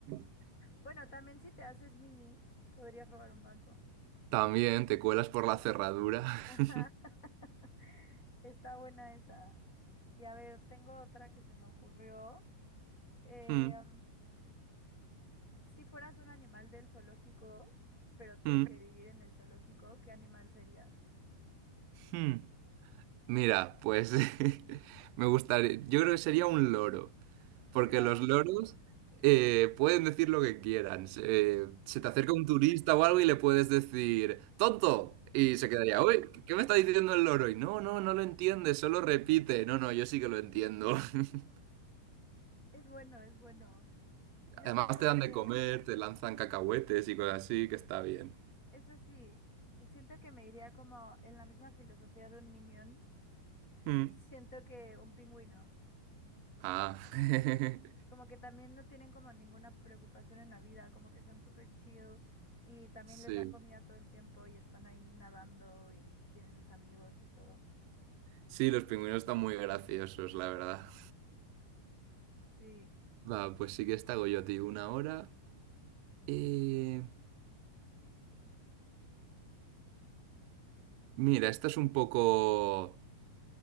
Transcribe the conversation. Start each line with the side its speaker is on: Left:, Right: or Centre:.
Right: <laughs>
Left: Bueno, también si te haces mini, podrías robar un banco.
Right: También te cuelas por la cerradura.
Left: Ajá.
Right: <laughs>
Left: <laughs> Está buena esa. Y a ver, tengo otra que se me ocurrió. Em,
Right: Mm,
Left: si fueras un animal del zoológico, pero tienes
Right: mm,
Left: que vivir en el zoológico, ¿qué animal serías?
Right: mm. Mira, pues <laughs> me gustaría... Yo creo que sería un loro. Porque
Left: ¿Un loro?
Right: los loros eh, pueden decir lo que quieran. Se, eh, se te acerca un turista o algo y le puedes decir, ¡tonto! Y se quedaría, uy, ¿qué me está diciendo el loro? Y no, no, no lo entiende, solo repite. No, no, yo sí que lo entiendo. <laughs>
Left: Es bueno, es bueno. Yo
Right: Además
Left: siento
Right: te
Left: que,
Right: dan de comer, te lanzan cacahuetes y cosas así, que está bien.
Left: eso sí, siento que me iría como en la misma filosofía de un minion,
Right: Mm.
Left: siento que un pingüino,
Right: Ah, <laughs>
Left: como que también no tienen como ninguna preocupación en la vida, como que son súper chill y también
Right: sí.
Left: les dan comida todo el tiempo y están ahí nadando y tienen sus amigos y todo.
Right: Sí, los pingüinos están muy graciosos, la verdad.
Left: Sí.
Right: Va, pues sí que esta hago yo a ti una hora. Eh, mira, esta es un poco...